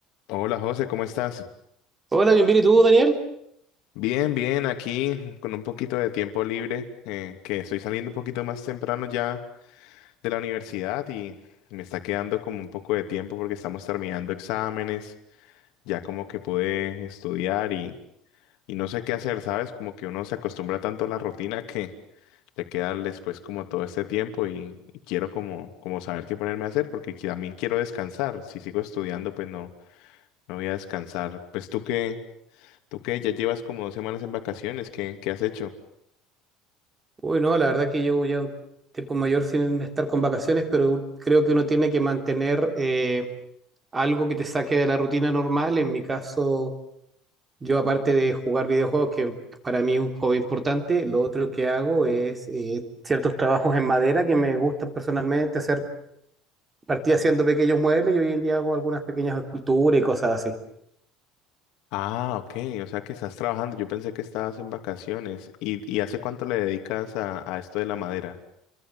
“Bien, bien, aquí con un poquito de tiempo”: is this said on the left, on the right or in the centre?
Left